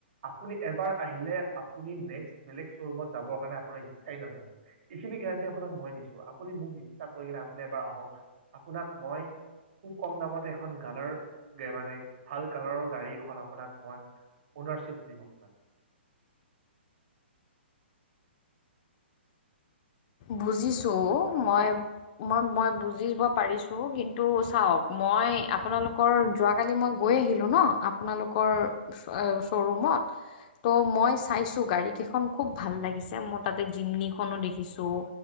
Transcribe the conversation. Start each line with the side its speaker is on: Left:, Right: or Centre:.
Right: আপুনি এবাৰ আহিলে আপুনি নেক্স বেলেগ শ্বৰুমত যাবৰ কাৰণে আপোনাৰ ইচ্ছাই নাযাব এইখিনি গেৰাণ্টি আপোনাক মই দিছো আপুনি মোক বিশ্বাস কৰিকিনে আপুনি এবাৰ আহক আপোনাক মই খুব কম দামতে এখন গালৰ মানে ভাল কালাৰৰ গাড়ী এখন আপোনাক মই অ'নাৰশ্বিপ দিম আপোনাক
Left: বুজিছো মই মই মই বুজিব পাৰিছো কিন্তু চাওঁক মই আপোনালোকৰ যোৱাকালি মই গৈ আহিলোঁ ন আপোনালোকৰ শ্ব'ৰুমত ত' মই চাইছো গাড়ী কেইখন খুব ভাল লাগিছে মোৰ তাতে জিমনিখনো দেখি ছো